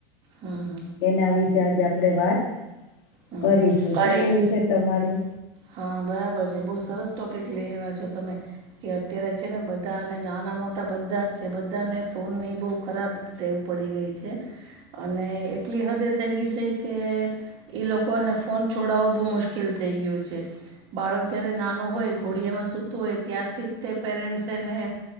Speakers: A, on the right; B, on the left.
A: હા હા
B: એના વિશે આજે આપણેે વાત
A: હમ
B: કરીશું
A: કરી
B: શું કેવું છે તમારું
A: હા બરાબર છે બઉ સરસ ટોપિક લઈ આવવા છો તમે કે અત્યારે છે ને બધાને નાનો મોટા બધા છે બધાને ફોન ની બહુ ખરાબ ટેવ પડી ગઈ છે. અને એટલી હદે થઈ ગયું છે કે ઈ લોકોને ફોન છોડાવો બહુ મુશ્કેલ થઈ ગયો છે. બાળક જયારે નાનું હોય ઘોડિયામાં સૂતું હોય ત્યારથી તે પેરેન્ટસ એને